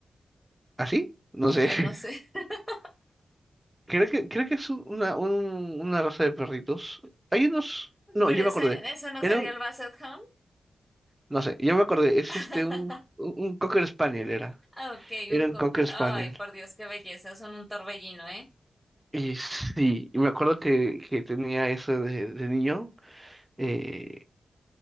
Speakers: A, on the right (about 20°); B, in the centre.
A: ¿así? No
B: O
A: sé.
B: yo
A: <laughs>
B: no sé. <laughs>
A: Creo que, creo que es un- una, un- una raza de perritos. Hay unos, no,
B: Pero
A: yo
B: ese,
A: me acordé.
B: ese no
A: Era
B: sería
A: un-
B: el Basset Hound.
A: No sé, yo me acordé, es
B: <laughs>
A: este, un, un, un Cocker Spaniel era.
B: Ah, Ok,
A: Era
B: un cocker.
A: un Cocker Spaniel.
B: Ay, por Dios, qué belleza. Son un torbellino, ¿eh?
A: Y sí, y me acuerdo que, que tenía eso de, de niño, eh,